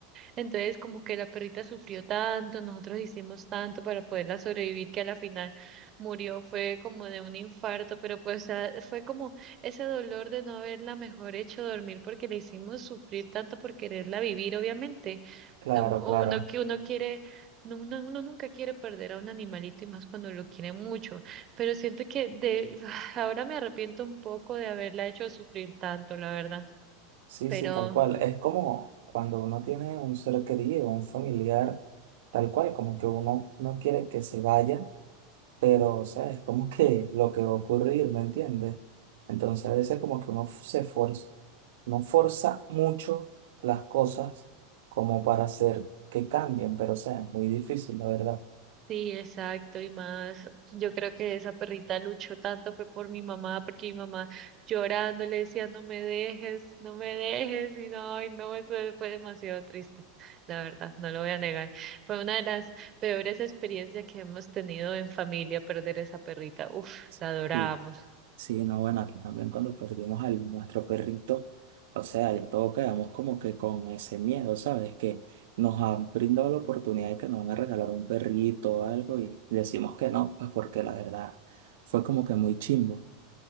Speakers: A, on the right; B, on the right.
A: Entonces, como que la perrita sufrió tanto, nosotros hicimos tanto para poderla sobrevivir que a la final murió, fue como de un infarto, pero pues, o sea, fue como ese dolor de no haberla mejor hecho dormir porque le hicimos sufrir tanto por quererla vivir, obviamente
B: claro,
A: o o
B: claro.
A: uno que uno quiere, no, uno, uno nunca quiere perder a un animalito y más cuando lo quiere mucho, pero siento que de <laughs> <sighs> ahora me arrepiento un poco de haberla hecho sufrir tanto, la verdad.
B: Sí,
A: Pero
B: sí, tal cual. Es como cuando uno tiene un ser querido, un familiar, tal cual, como que uno no quiere que se vaya, pero o sea, es como que lo que va a ocurrir, ¿me entiendes? Entonces a veces como que uno f- se forza, no forza mucho las cosas como para hacer que cambien, pero o sea, es muy difícil, la verdad.
A: Sí, exacto, y más, yo creo que esa perrita luchó tanto fue por mi mamá, porque mi mamá llorando le decía, no me dejes, no me dejes, y no, ay, no, eso fue demasiado triste, la verdad, no lo voy a negar. Fue una de las peores experiencias que hemos tenido en familia, perder esa perrita, uf,
B: <laughs>
A: la adorábamos.
B: Sí. Sí, no, bueno, aquí también cuando perdimos a nuestro perrito, o sea, ya todos quedamos como que con ese miedo, ¿sabes? Que nos han brindado la oportunidad de que nos van a regalar un perrito o algo y decimos que no, pues porque la verdad fue como que muy chimbo.